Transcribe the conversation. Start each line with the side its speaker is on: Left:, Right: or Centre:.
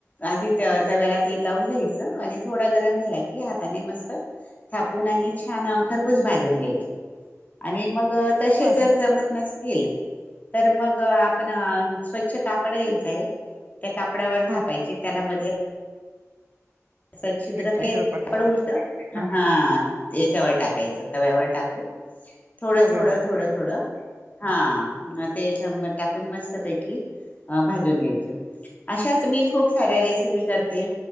Left: आधी तव्याला तेल लावून घ्यायच आणि थोडा गरम झाला की, हाताने मस्त थापून आणि छान खरपूस भाजून घ्यायचे आणि मग त तसे
Right: बरं.
Left: जर जमत नसतील! तर मग आपण स्वच्छ कापड घ्यायचंय त्या कापडावर
Right: हां,
Left: थापायची त्यालामध्ये स छिद्र
Right: एक
Left: के
Right: पाडायचं.
Left: कड उलट
Right: हां,
Left: हा याच्यावर टाक <unintelligible> यच तव्यावर टाकून, थोडं
Right: तव्यावरती.
Left: थोडं थोडं थोडं हा. तेल टाकून मस्त! भाजायची अ भाजून घ्याय अशाच
Right: हां,
Left: मी खूप, खऱ रेसिपी करते